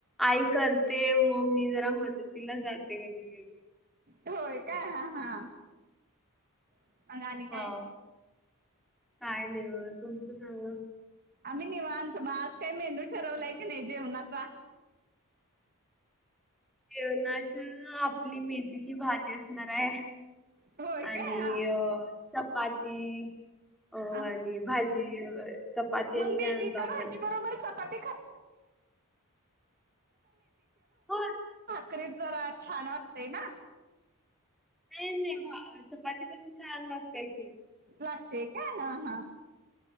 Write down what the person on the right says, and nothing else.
होय काय हा हा मग आणि काय
आम्ही निवनतो मग आज काही मेंदू ठरवलाय की नाही जेवणाचा
होय
काय हा
हा.
मग
मी
तिचजी
बरोबरचत तु्ी
करीत जरा छान वाटतेय ना
लागते का ह हा